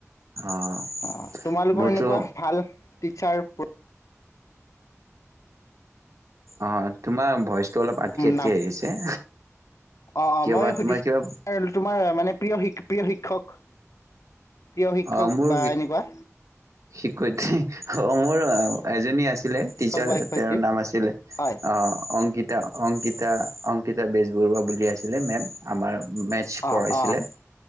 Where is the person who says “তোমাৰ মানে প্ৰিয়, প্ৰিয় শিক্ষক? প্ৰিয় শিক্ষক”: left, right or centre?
Left